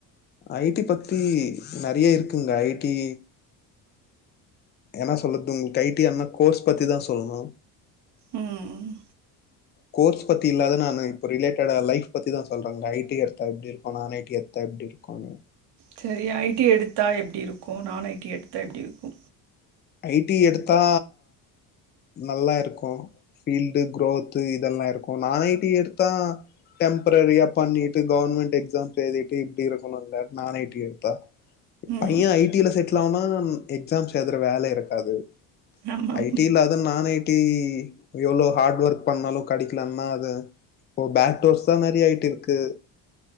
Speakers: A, on the left; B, on the right.
A: ஐ டீ பத்தி நிறைய இருக்குங்க ஐ டீ என்ன சொல்லறது உங்களுக்கு ஐ டீய தண்ணா கோர்ஸ் பத்தி தா சொல்லணு
B: ம்
A: கோர்ஸ் பத்தி இல்லாத நா இப்போ ரிலேட்டடா லைஃப் பத்தி தா சொல்றேங்க ஐ டீ எடுத்த எப்டி இருக்கும் ஐ டீ எப்டி இருக்குனு
B: சேரி ஐ டீ எடுத்தா எப்டி இருக்கு நான் ஐ டீ எடுத்தா எப்டி இருக்கு
A: ஐ டீ எடுத்தா நல்லா இருக்கு ஃபீல்டு குரோத்து இதெல்லா இருக்கு நான் ஐ டீ எடுத்த டெம்ப்ரரியா பண்ணிட்டு கவர்ன்மெண்ட் எக்ஸா எழுதிட்டு இப்படி இருக்கணும்ங்க நா ஐ டி எடுத்தா பையன்
B: ம்
A: ஐ டீல செட்டில் ஆகனா எக்ஸாம்ஸ் எழுதுற வேலை இருக்காது
B: ஆமாம்
A: ஐ டீலா அத நான் ஐ டி எவ்வளோ ஹார்ட் ஒர்க் பண்ணாலு கேடைக்கலனா அது இப்ப பேட்டோர்ஸ் தான் நெறய ஆயிட்டு இருக்கு